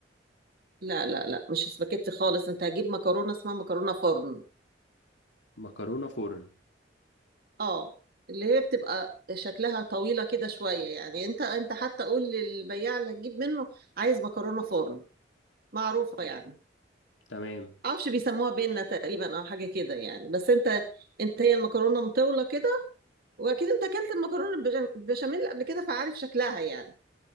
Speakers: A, on the right; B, on the left.
A: لا لا لا مش سباكيتي خالص انت هتجيب مكرونة اسمها مكرونة فرن
B: مكرونه فرن
A: اه اللي هي بتبقى شكلها طويلة كده شوية يعني انت انت حتى قول للبياع اللي هتجيب منه عايز مكرونة فرن معروفة يعني
B: تمام
A: معرفش بيسموها بينا تقريبا او حاجة كده يعني بس انت انت هي المكرونة مطولة كده واكيد انت اكلت المكرونة بالبش- بالبشاميل قبل كده فعارف شكلها يعني